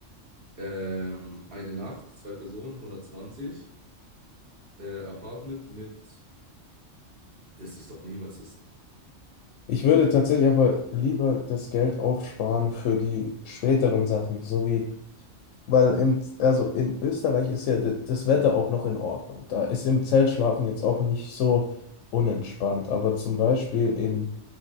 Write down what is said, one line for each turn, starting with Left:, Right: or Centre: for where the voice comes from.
Right: Ähm, eine Nacht, zwei Personen, hundertzwanzig äh, Apartment mit, das ist doch niemals, das,
Left: Ich würde tatsächlich aber lieber das Geld aufsparen für die späteren Sachen, so wie, weil im, also in Österreich ist ja d- das Wetter auch noch in Ordnung. Da ist im Zelt schlafen jetzt auch nicht so unentspannt. Aber zum Beispiel in